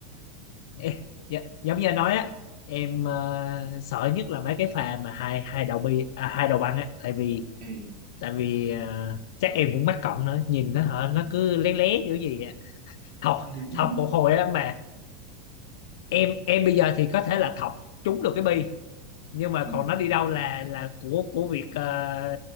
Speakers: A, on the left; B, on the right.
A: Ê, dạ- giống như anh nói á em ờ, sợ nhất là mấy cái pha mà hai hai đầu bi à, hai đầu băng á tại vì
B: ừ
A: tại vì ờ, chắc em cũng mắc cận nữa nhìn nó hả nó cứ lé lé kiểu gì á. thọc
B: <laughs>
A: thọc một hồi á mà em em bây giờ thì có thể là thọc trúng được cái bi nhưng mà
B: ừ
A: còn nó đi đâu là là của của việc ờ,